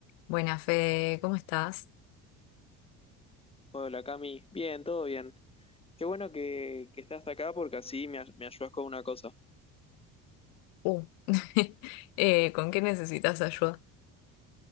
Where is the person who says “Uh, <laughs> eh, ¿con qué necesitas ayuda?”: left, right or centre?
Left